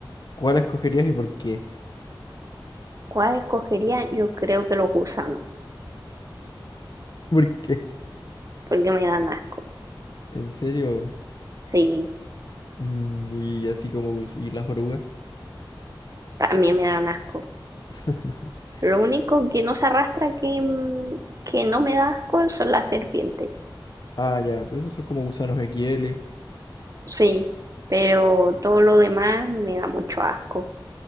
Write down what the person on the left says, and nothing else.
¿cuál escogerías y por qué?
<laughs> ¿Por qué?
¿En serio?
Mm, y así como... gus- ¿Y las orugas?
<laughs>
Ah, ya, pero esos son como gusanos XL.